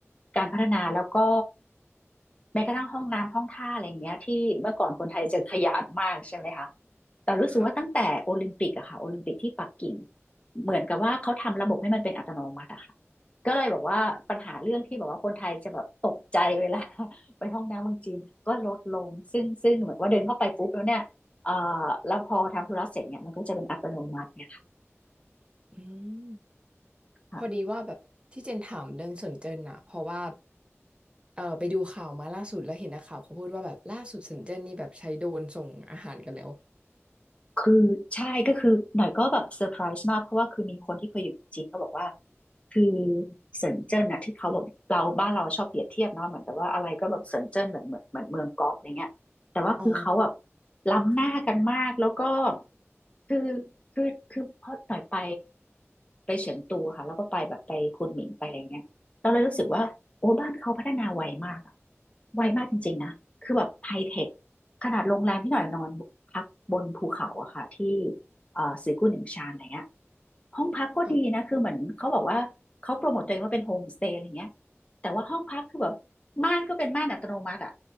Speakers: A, on the left; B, on the right.
A: การพัฒนาแล้วก็แม้กระทั่งห้องน้ำห้องท่าอะไรอย่างเงี้ยที่เมื่อก่อนคนไทยจะขยาดมากใช่ไหมคะแต่รู้สึกว่าตั้งแต่โอลิมปิกอะค่ะโอลิมปิกที่ปักกิ่ง
B: ค่ะ
A: เหมือนกับว่าเขาทำระบบให้มันเป็นอัตโนมัติอะค่ะก็เลยบอกว่าปัญหาเรื่องที่บอกว่าคนไทยจะแบบตกใจเวลา ไปห้องน้ำเมืองจีนก็ลดลงซึ่งซึ่งเหมือนว่าเดินเข้าไปปุ๊บแล้วเนี่ยเอ่อแล้วพอทำธุระเสร็จเนี่ยมันก็จะเป็นอัตโนมัติเนี่ยค
B: อืม
A: ่ะ
B: พอดีว่าแบบที่เจนถามเรื่องเซินเจิ้นอะเพราะว่าเออไปดูข่าวมาล่าสุดแล้วเห็นนักข่าวเขาพูดว่าแบบล่าสุดเซินเจิ้นนี่แบบใช้โดรนส่งอาหารกันแล้ว
A: คือใช่ก็คือหน่อยก็แบบเซอร์ไพรส์มากเพราะว่าคือมีคนที่เคยอยู่เมืองจีนเขาบอกว่าคือเซินเจิ้นน่ะที่เขาแบบเราบ้านเราชอบเปรียบเทียบเนาะเหมือนแต่ว่าอะไรก็แบบเซินเจิ้นเหมือนเหมือนเหมือนเมืองก๊อปอะไรเงี้ยแต่ว่าคือเขาแบบ
B: อ๋อ
A: ล้ำหน้ากันมากแล้วก็คือคือคือพอหน่อยไปไปเฉิงตูค่ะแล้วก็ไปแบบไปคุนหมิงไปอะไรเงี้ยเราเลยรู้สึกว่าโอ้บ้านเขาพัฒนาไวมากอะไวมากจริงๆนะคือแบบไฮเทค ขนาดโรงแรมที่หน่อยนอนพักบนภูเขาอะค่ะที่เอ่อสีกุนหนึ่งชานอะไรเงี้ยห้องพักก็ดีนะคือเหมือนเขาบอกว่าเขาโปรโมตตัวเองว่าเป็นโฮมสเตย์อะไรเงี้ย
B: ค่ะ
A: แต่ว่าห้องพักคือแบบม่านก็เป็นม่านอัตโนมัติอะ